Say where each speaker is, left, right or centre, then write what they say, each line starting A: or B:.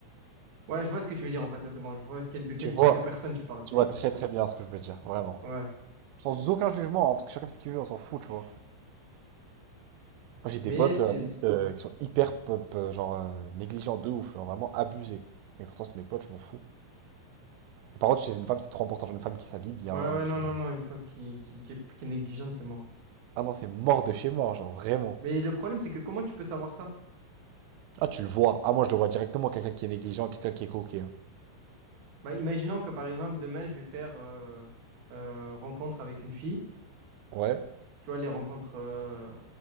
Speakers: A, on the right; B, on the right.
A: Ouais, je vois ce que tu veux dire, en fait, ouais, c'est bon, je vois quel, de quel
B: Tu vois,
A: type de personne tu parles,
B: tu
A: c'est...
B: vois très très bien ce que je veux dire, vraiment.
A: Ouais,
B: Sans aucun jugement, hein, parce que chacun fait ce qu'il veut, on s'en fout, tu vois. Moi, J'ai
A: mais
B: des potes
A: c'est...
B: à Nice euh, qui sont hyper pop, euh, genre euh, négligents de ouf, genre vraiment abusés. Mais pourtant, c'est mes potes, je m'en fous. Et par contre, chez une femme, c'est trop important. Genre une femme qui s'habille bien,
A: Ouais, ouais,
B: qui.
A: non, non, non, une femme qui, qui, qui est, qui est négligente, c'est mort.
B: Ah non, c'est mort de chez mort, genre vraiment.
A: Mais le problème, c'est que comment tu peux savoir ça?
B: Ah, tu le vois. Ah, moi, je le vois directement, quelqu'un qui est négligent, quelqu'un qui est coquet. hein.
A: Bah, imaginons que, par exemple, demain, je vais faire euh, euh, rencontre avec une fille,
B: Ouais,
A: tu vois, les rencontres euh,